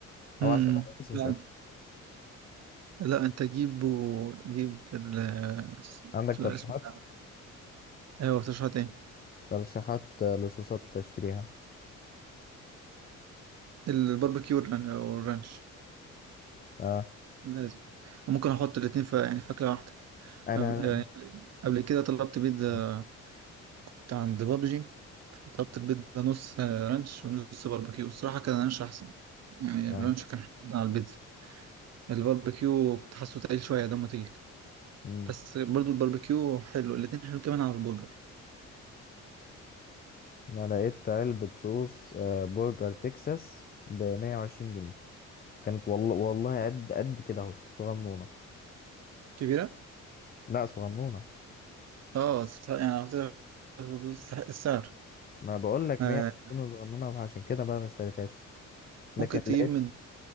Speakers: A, on the right (about 60°); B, on the left (about 30°).
A: امم
B: او عشان بس مش
A: لا
B: اكتر
A: انت لا انت جيبه، جيب وجيب ال اس-
B: عندك
A: اسمه
B: ترشيحات
A: ده. ايوه تشرحت ايه
B: ترشيحات آه، لصوصات تشتريها
A: الباربيكيو والران- والرانش
B: اه
A: لازم ممكن احط الاتنين في يعني فاكهه واحده
B: انا
A: أب- يعني قبل كده طلبت بيتزا
B: اه,
A: بتاع عند بابجي طلبت البيتزا نص آه، رانش ونص باربيكيو الصراحه كان رانش احسن يعني
B: آه.
A: الرانش كان حلو جدا على البيتزا الباربيكيو كنت حاسه تقيل شويه دمه تقيل
B: مم.
A: بس برضو الباربيكيو حلو الاتنين حلو كمان على البرجر
B: انا لقيت علبه صوص آه برجر تكساس ب 120 جنيه كانت والله والله قد قد كده اهو صغنونه
A: كبيره
B: لا صغنونه
A: اه تستحق- يعني على فكرة تستحق السعر
B: ما بقول لك
A: آه،
B: 120 صغنونه عشان كده بقى ما اشتريتهاش لكن
A: ممكن تجيب
B: لقيت
A: من